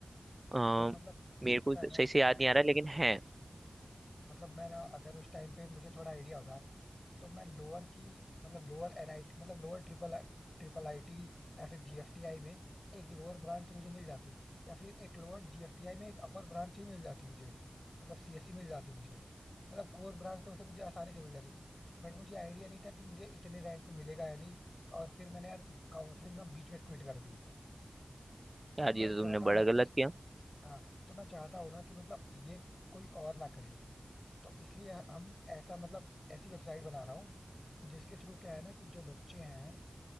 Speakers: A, on the right; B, on the left.
A: अ,
B: तो मतलब
A: मेरे को
B: पता
A: तो
B: है ना
A: सही से याद नहीं आ रहा लेकिन है
B: मतलब मैं ना अगर उस टाइम पे मुझे थोड़ा आइडिया होता तो मैं लोअर की मतलब लोअर एनआईटी मतलब लोअर ट्रिपल ट्रिपल आईटी या फिर जीएफटीआई में एक लोअर ब्रांच मुझे मिल जाती या फिर एक लोअर जीएफटीआई में एक अपर ब्रांच भी मिल जाती मुझे मतलब सीएससी मिल जाती मुझे मतलब कोर ब्रांच तो वैसे मुझे आसानी से मिल जाती बट मुझे आइडिया नहीं था कि मुझे इतने रैंक पे मिलेगा या नहीं और फिर मैंने यार काउंसलिंग ना बीच में क्विट कर दी
A: यार
B: तो मैं
A: ये तो तुमने
B: चाहता हूँ
A: बड़ा
B: ना कि
A: गलत किया
B: हाँ तो मैं चाहता हूँ ना कि मतलब ये कोई और ना करे तो इसलिए हम ऐसा मतलब ऐसी वेबसाइट बना रहा हूँ जिसके थ्रू क्या है ना कि जो बच्चे हैं